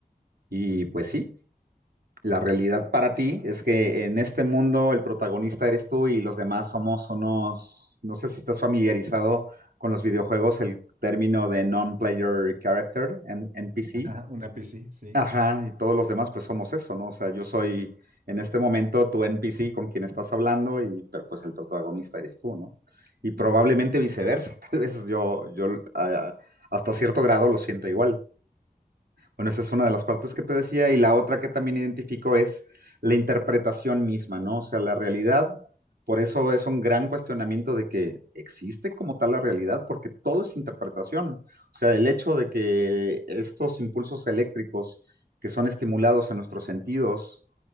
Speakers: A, on the right; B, on the right.
A: y pues sí, la realidad para ti es que en este mundo el protagonista eres tú y los demás somos unos, no sé si estás familiarizado con los videojuegos, el término de non-player character, N- NPC.
B: <laughs> Ajá, Una PC, sí.
A: Ajá, y todos los demás pues somos eso, ¿no? O sea, yo soy en este momento tu NPC con quien estás hablando y pero pues el protagonista eres tú, ¿no? Y probablemente viceversa, <laughs> tal vez yo, yo ah, hasta cierto grado lo siento igual. Bueno, esa es una de las partes que te decía y la otra que también identifico es la interpretación misma, ¿no? O sea, la realidad, por eso es un gran cuestionamiento de que existe como tal la realidad, porque todo es interpretación. O sea, el hecho de que estos impulsos eléctricos que son estimulados en nuestros sentidos